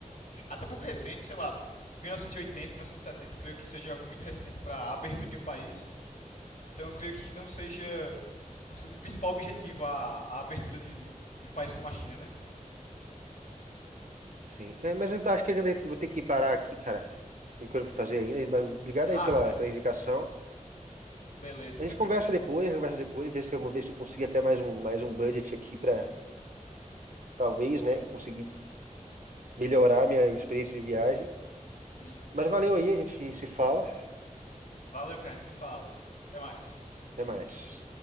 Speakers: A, on the left; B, on the right.
A: Até um pouco recente, sei lá, 1980, 1970, creio que seja algo muito recente para a abertura de um país. Então eu creio que não seja o s- o principal objetivo a, a abertura de, de um país como a China, né?
B: sim. É, mas eu acho que eu vou ter que- vou ter que parar aqui, cara. Tem coisa para fazer ainda. mas Obrigado aí
A: Ah,
B: pela,
A: certo.
B: pela indicação.
A: Beleza,
B: A
A: tranquilo,
B: gente conversa
A: cara.
B: depois, conversa depois, ver se eu, ver se eu consigo até mais um, mais um budget aqui para talvez, né, conseguir melhorar minha experiência de viagem.
A: Sim.
B: Mas valeu aí, a gente se fala.
A: Valeu, cara. A gente se fala. Até mais.
B: Até mais.